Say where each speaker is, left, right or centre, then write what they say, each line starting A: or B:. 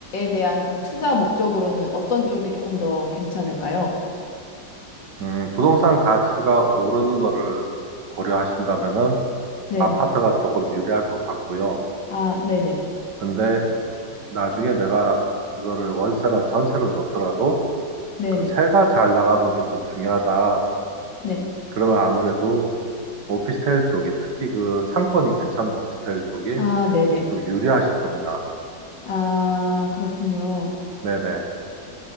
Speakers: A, on the left; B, on the right.
A: 대한 그런 투자 목적으로는 어떤 쪽이 조금 더 괜찮을까요?
B: 음, 부동산 가치가 오르는 거를 고려하신다면은
A: 네네.
B: 아파트가 조금 유리할 것 같고요.
A: 아, 네네.
B: 근데 나중에 내가 이거를 월세나 전세로 놓더라도
A: 네네.
B: 그 세가 잘 나가는 게 좀 중요하다.
A: 네.
B: 그러면 아무래도 오피스텔 쪽이 특히 그 상권이 괜찮은 오피스텔 쪽이
A: 아, 네네.
B: 좀 유리하실 겁니다.
A: 아, 그렇군요.
B: 네네.